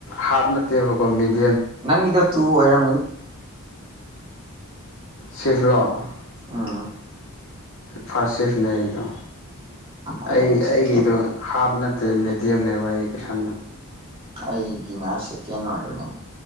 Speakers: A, on the left; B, on the right.
A: ꯍꯥꯞ ꯅꯠꯇꯦꯕꯀꯣ ꯃꯤꯗ
B: ꯅꯪꯗ ꯇꯨ ꯃ
A: ꯁꯤꯐꯂꯣ
B: ꯑꯥ
A: ꯐꯥꯔꯁ ꯁꯦꯐꯅꯦ ꯑꯩꯗꯣ
B: ꯑꯩꯅ
A: ꯑꯩ
B: ꯁꯦꯀꯦꯟ
A: ꯑꯩꯒꯤꯗꯨ ꯍꯥꯔꯠꯅ ꯃꯦꯗꯤꯌꯝꯅꯦꯏ ꯀ ꯁꯨ
B: ꯑꯩꯒꯤꯅꯔ ꯁꯦꯀꯦꯟ ꯑꯣꯏꯕꯅꯦ